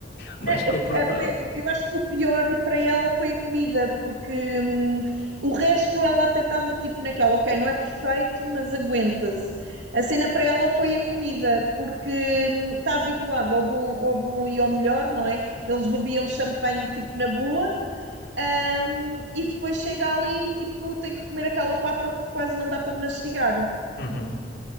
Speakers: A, on the left (about 60°); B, on the right (about 85°).
A: mais
B: Né,
A: confortável.
B: É, é, foi- eu acho que o pior para ela foi a comida, porque hum, o resto ela até estava tipo naquela, ok, não é perfeito, mas aguenta-se. A cena para ela foi a comida, porque hum, está habituada ao bom, ao bom e ao melhor, não é? Eles bebiam champanhe tipo na boa, hum, e depois chega ali e tipo tem que comer aquela papa que quase não dá para mastigar.
A: Uhum,